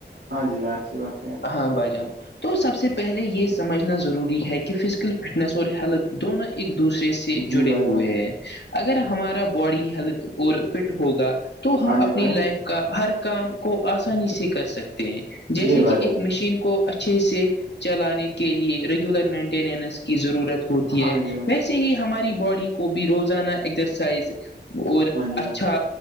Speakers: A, on the right; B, on the left.
A: ہاں جی بھائی اچھی بات کہی آپ نے
B: ہاں بائی جان تو سب سے پہلے یہ سمجھنا ضروری ہے کہ فزیکل فٹنس اور ہیلتھ دونوں ایک دوسرے سے سے
A: جی
B: جڑے
A: بھائی
B: ہوئے
A: جان
B: ہیں اگر ہمارا باڈی ہیلتھ اور فٹ ہوگا تو تو ہم
A: ہاں جی
B: اپنی
A: بھائی
B: لائف کا ہر کام کو آسانی سے کر سکتے ہیں جیسے
A: جی بھائی
B: کہ
A: جان
B: ایک مشین کو اچھے سے چلانے کے لیے ریگولر مینٹیننس کی ضرورت ہوتی
A: ہاں
B: ہے
A: جی بھائی
B: ویسے سے ہی ہماری باڈی کو بھی روزانہ ایکزرسائز اور
A: ہاں جی
B: اچھا
A: بھائی